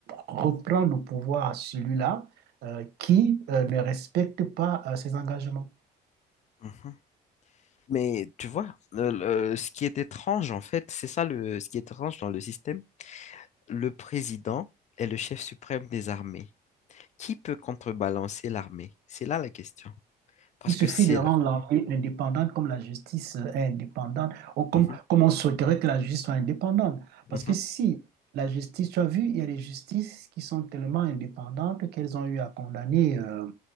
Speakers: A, on the right; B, on the left.
A: reprendre le pouvoir à celui-là euh, qui euh, ne respectent pas euh, ces engagements.
B: mhm. Mais tu vois, le- le- ce qui est étrange en fait, c'est ça le, ce qui est étrange dans le système Le président est le chef suprême des armées. Qui peut contrebalancer l'armée? C'est là la question. Parce
A: Il suffit
B: que si...
A: de rendre
B: là-
A: l'armée indépendante comme la justice est indépendante, ou comme,
B: Mhm,
A: comme on souhaiterait que la justice soit indépendante. Parce
B: mhm,
A: que si la justice, tu as vu, il y a des justices qui sont tellement indépendantes qu'elles ont eu à condamner euh,